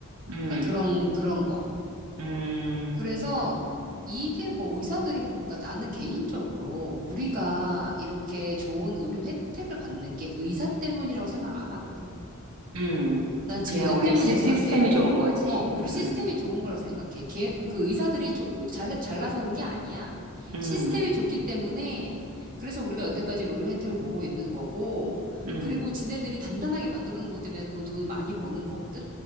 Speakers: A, on the right; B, on the right.
A: 음,
B: 그러니까 그런, 그런 거.
A: 음,
B: 그래서 이게 뭐 의사들이 뭐, 그러니까 나는 개인적으로 우리가 이렇게 좋은 의료 혜택을 받는 게 의사 때문이라고 생각 안 하거든.
A: 음.
B: 난 제도
A: 그냥
B: 때문이라고
A: 우리 시,
B: 생각해.
A: 시스템이 좋은 거지.
B: 어, 우리
A: 음,
B: 시스템이 좋은 거라고 생각해. 걔, 그 의사들이 조, 잘, 잘나서 그런 게 아니야.
A: 음,
B: 시스템이 좋기 때문에 그래서 우리가 여태까지 의료 혜택을 보고 있는 거고,
A: 음,
B: 그리고 지네들이 단단하게 만들어 놓은 것 때문에 본 돈을 많이 버는 거거든.